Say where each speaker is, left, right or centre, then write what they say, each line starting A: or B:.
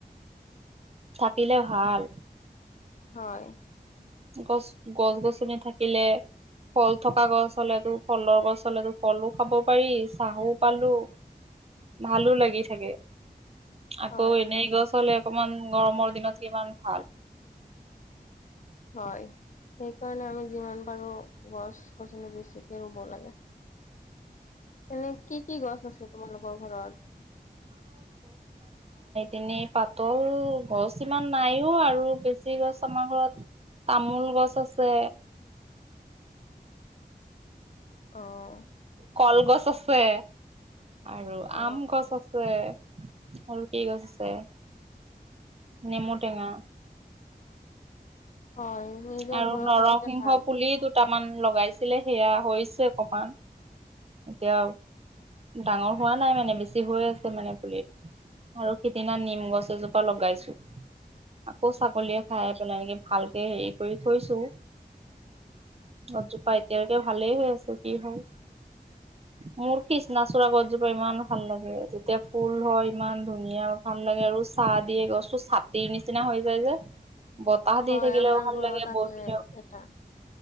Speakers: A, on the right (about 40°); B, on the left (about 50°).
A: থাকিলে ভাল।
B: হয়।
A: গছ গছ গছনি থাকিলে ফল থকা গছ হলেতো ফলৰ গছ হলেতো ফলো খাব পাৰি চাহো পালো ভালো লাগি থাকে। আকৌ
B: হয়
A: এনেই গছ আচলে অকমান গৰমৰ দিনত কিমান ভাল।
B: হয়, সেইকাৰণে আমি যিমান পাৰো গছ গছনি বেছিকে ৰুব লাগে। এনে কি কি গছ আছে তোমালোকৰ ঘৰত?
A: এনেই পাতল গছ ইমান নাইও আৰু বেছি গছ আমাৰ ঘৰত তামোল গছ আছে।
B: অঁহ।
A: কলগছ আছে, আৰু
B: অ
A: আম গছ আছে, আৰু কি গছ আছে নেমু টেঙা,
B: হয় নিজৰ
A: আৰু
B: ঘৰত
A: নৰসিংহ
B: থাকিলে ভাল।
A: পুলি দুটামান লগাইছিলে সেয়া হৈছে অকমান। এতিয়া ডাঙৰ হোৱা নাই মানে বেছি হৈ আছে মানে পুলিটো আৰু সিদিনা নিম গছ এজোপা লগাইছো ।আকৌ ছাগলীয়ে খাই পেলাই এনেকে ভালকে হেৰি কৰি থৈছো গজোপা এতিয়ালৈকে ভালেই হৈ আছো কি হয়। মোৰ কিচনাচোড়া গছজোপা ইমান ভাল লাগে যেতিয়া ফুল হয় ইমান ধুনীয়া ভাল লাগে আৰু চাহ দিয়ে গছো ছাতি নি নিচিনা হৈ যায় যে। বতাহ দি
B: হয়
A: থাকিলেও
B: আমাৰ
A: ভাল
B: ঘৰত
A: লাগে
B: আছে
A: বহিলেও
B: এটা